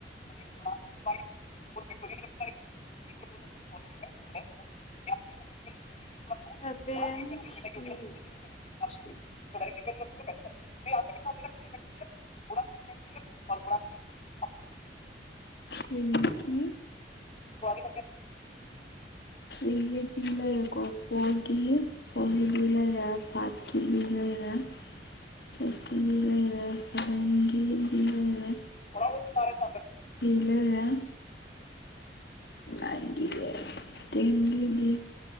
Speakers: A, on the left (about 35°); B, on the left (about 65°).
A: <unintelligible> ꯦꯛꯛꯇꯦꯔꯤꯟ ꯄꯨꯥ ꯇ ꯦꯛꯛꯇꯔꯤꯟꯔ ꯥꯔꯤ
B: ꯇ꯭ꯔꯦ ꯀ
A: ꯇ꯭ꯋꯥꯔꯦ
B: ꯇ ꯂꯩ ꯑꯀꯣ ꯐꯣꯔꯒꯤ ꯐꯣꯔ ꯁꯥꯔꯠꯀꯤ ꯂꯤ ꯂꯩꯔꯦ ꯆꯦꯁꯀꯤ ꯂꯤ ꯂꯩꯔꯦ ꯁꯔꯦꯡꯒꯤ ꯂꯤ ꯂꯩꯔꯦ
A: ꯍꯗꯤꯤ ꯇꯥꯔꯦ ꯇꯪꯦ
B: ꯏꯂꯔ ꯅꯥꯏꯟꯒꯤꯒꯦ ꯇꯦꯡꯒꯤꯒꯤ